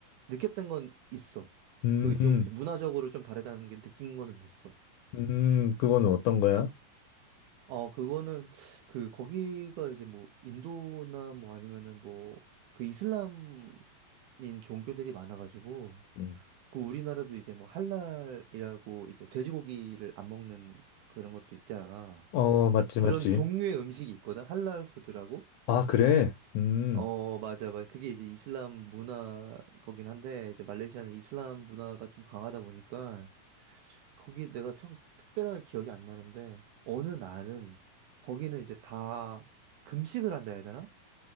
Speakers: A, on the right; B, on the left.
A: 느꼈던 건 있어.
B: 음.
A: 그 좀
B: 음.
A: 문화적으로 좀 다르다는 게 느낀 거는 있어.
B: 음, 그거는 어떤 거야?
A: 어, 그거는, 그, 거기가 이제 뭐, 인도나 뭐 아니면은 뭐, 그 이슬람인 종교들이 많아가지고,
B: 음.
A: 그 우리나라도 이제 뭐, 할랄이라고 이제 돼지고기를 안 먹는 그런 것도 있잖아.
B: 어, 맞지,
A: 그런
B: 맞지.
A: 종류의 음식이 있거든? 할랄 푸드라고?
B: 아, 그래? 음.
A: 어, 맞아, 맞아. 그게 이제 이슬람 문화 거긴 한데, 이제 말레이시아는 이슬람 문화가 좀 강하다 보니까, 거기 내가 척, 특별하게 기억이 안 나는데 어느 날은 거기는 이제 다 금식을 한다 해야 되나?